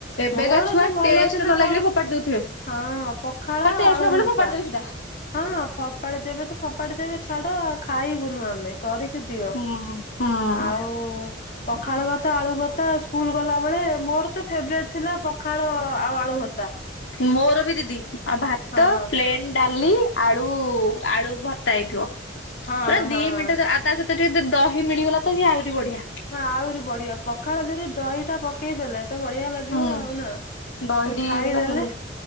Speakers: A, on the left; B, on the left.
A: ଏବେକା
B: ମୋର
A: ଛୁଆ
B: ତ ଭଲ
A: ଟେଷ୍ଟ
B: ଥିଲା
A: ନ
B: କଣ
A: ଲାଗ ଫୋପାଟି ଦଉଥିବେ।
B: ହଁ ପଖାଳ
A: ହେ ଟେଷ୍ଟ
B: ଆଳୁ
A: ନ
B: ଭରତା
A: ପଡିଲେ ଫୋପାଡି ଦେବେ ସିଧା
B: ହଁ ଫପାଳି ଦେବେ ତୁ ଫୋପାଡି ଦେବେ ଛାଡ ଖାଇବୁନୁ ଆମେ କରିକି ଦିଅ
A: ହୁଁ ହୁଁ
B: ଆଉ ପଖାଳ ଭାତ ଆଳୁ ଭତା ସ୍କୁଲ ଗଲା ବେଳେ ମୋର ତ ଫେବରାଇଟ୍ ଥିଲା ପଖାଳ ଆଉ ଆଳୁ ଭର୍ତା।
A: ମୋର ବି ଦିଦି ଆଉ ଭାତ
B: ହଁ
A: ପ୍ଲେନ ଡାଲି ଆଳୁ ଆଳୁ ଭର୍ତ୍ତା ହେଇଥିବ
B: ହଁ
A: ପୁରା
B: ହଁ
A: ଦି ମିଣ୍ଟିରେ ଆ ତା ସହିତ ଟିକେ ଯଦି ଦହି ମିଳିଗଲାତ ସିଏ ଆହୁରି ବଢିଆ।
B: ନା ଆହୁରି ବଢିଆ ପଖାଳ ଧିଅରେ ଦହିଟା ପକେଇଦେଲେ ତ ବଢିଆ ଲାଗିବ
A: ହୁଁ
B: ଆଉନା
A: ଦହି
B: ଖାଲି
A: ଟିକେ
B: ଖାଇଦେଲେ
A: ହେଇଗଲେ ଆହୁରି